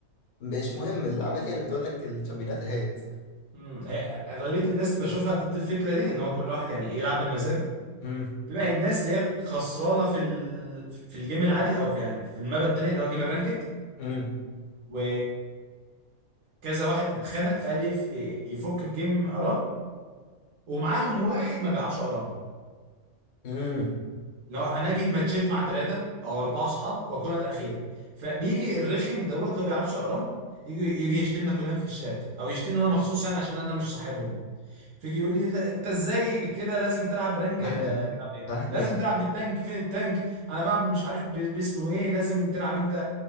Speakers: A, on the left; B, on the right.
A: مش مهم اللعبه هي اللي بتقول لك الشامبيونات اهيت
B: امم هي- اغلبيه الناس اللي بشوفها ضد الفكره دي ان هو كل واحد يعني إيه يلعب بمزاجه
A: امم
B: بيبقى الناس اللي هي خسرانه في ال... في الجيم العادي او في يعني في المابا التانيه اللي هو جيم الرانكد
A: امم
B: و كذا واحد اتخنق فقال لي يف- يفك بجيم ارام ومعاهم واحد ما بيلعبش ارام
A: امم
B: لو انا جيت ماتشيت مع ثلاثه او اربعه اصحاب واكون أنا الاخير فبيجي الرخم دوت اللي هو ما بيلعبش ارام يجي يجي يشتمنا كلنا في الشات او يشتمني انا مخصوص يعني عشان انا مش صاحبهم فيجي يقول لي لا انت ازاي كده لازم تلعب برانك
A: فاهمك
B: اه تلعب ايه
A: فاهمك
B: لازم تلعب بالتانك فين التانك انا بلعب مش عارف ب- باسمه ايه لازم تلعب انت